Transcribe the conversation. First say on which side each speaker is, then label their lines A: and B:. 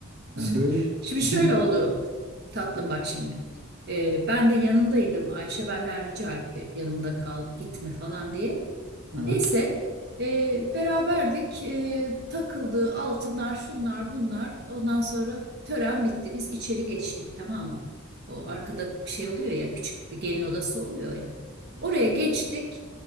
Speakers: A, on the right (about 55°); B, on the right (about 80°).
A: Ş-
B: Yani böyle
A: Şimdi
B: ikili
A: şöyle oldu tatlım bak şimdi. Ee, ben de yanındaydım. Ayşe benden rica etti hep yanımda kal gitme falan diye.
B: evet.
A: Neyse e, beraberdik. E, takıldı altınlar şunlar bunlar. Ondan sonra tören bitti. Biz içeri geçtik tamam mı? O
B: Evet.
A: arkada şey oluyor ya küçük bir gelin odası oluyor ya.
B: Evet.
A: Oraya
B: sonra-
A: geçtik.